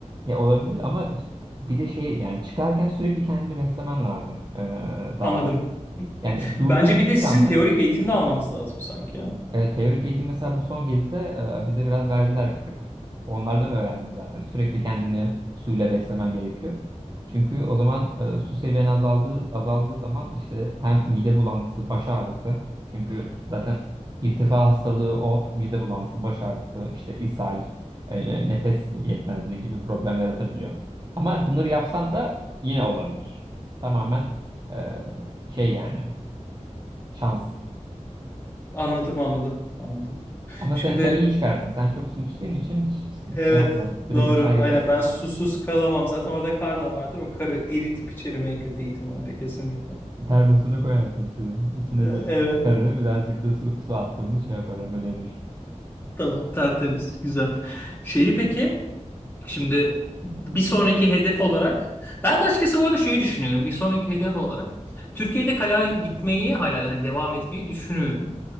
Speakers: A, on the right (about 35°); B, on the left (about 15°).
A: ya olabilir ama bir de şey yani çıkarken sürekli kendini beslemen lazım e, dağda.
B: Anladım.
A: Yani durduğun
B: Bence bir
A: ilk
B: de sizin
A: anda
B: teorik eğitim de almanız lazım sanki ya.
A: Evet, teorik eğitim mesela bu son gezide e, bize biraz verdiler bir tık. Onlardan öğrendim zaten. Sürekli kendini suyla beslemen gerekiyor. Çünkü o zaman e, su seviyen azaldığı azaldığı zaman işte hem mide bulantısı, baş ağrısı. Çünkü zaten irtifa hastalığı o mide bulantısı, baş ağrısı, işte ishal, e, nefes yetmezliği gibi problem yaratabiliyor. Ama bunları yapsan da yine olabilir. Tamamen e, şey yani şans.
B: Anladım, anladım, anladım.
A: Ama
B: Şimdi
A: sen, sen iyi çıkarsın. Sen çok su içtiğin için hiç
B: Evet
A: şey yapma Direkt
B: doğru
A: uçar gidersin.
B: aynen ben susuz kalamam zaten orada kar da vardır o karı eritip içerim en kötü ihtimalle kesinlikle.
A: <laughs> Termosuna koyarsın suyu. İçine
B: E,
A: bir
B: Evet
A: karı birazcık da su, su attın mı şey yapar hemen erir.
B: tamam tertemiz güzel. Şeyi peki şimdi bir sonraki hedef olarak ben de açıkçası bu arada şeyi düşünüyorum bir sonraki hedef olarak Türkiye'de kayağa gitmeyi hala hani devam etmeyi düşünüyorum.